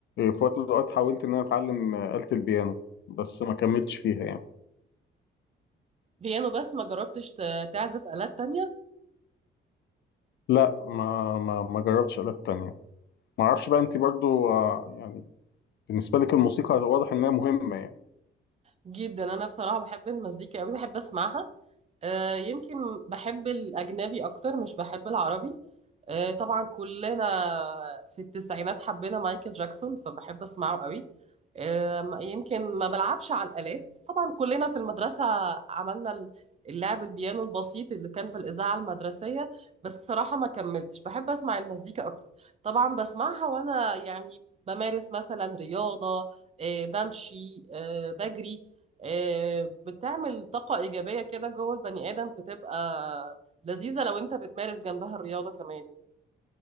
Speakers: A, on the left; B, on the right.
A: في وقت من الاوقات حاولت ان انا اتعلم آلة البيانو بس ما كملتش فيها يعني
B: بيانو بس ما جربتش ت- تعزف آلات تانية
A: لا ما ما ما جربتش آلات تانية ما اعرفش بقى انت برضو آه، يعني بالنسبه لك الموسيقى واضح انها مهمه يعني
B: جدا أنا بصراحة بحب المزيكا قوي بحب أسمعها آه، يمكن بحب الأجنبي أكتر مش بحب العربي آه، طبعا كلنا في التسعينات حبينا مايكل جاكسون فبحب أسمعه قوي آه، م- يمكن ما بلعبش على الآلات طبعا كلنا في المدرسة عملنا ال- اللعب البيانو البسيط اللي كان في الإذاعة المدرسية بس بصراحة ما كملتش بحب أسمع المزيكا أكتر طبعا بسمعها وأنا يعني بمارس مثلا رياضة آه، بمشي آه، بجري آه، بتعمل طاقة إيجابية كده جوه البني آدم بتبقى لذيذة لو أنت بتمارس جنبها الرياضة كمان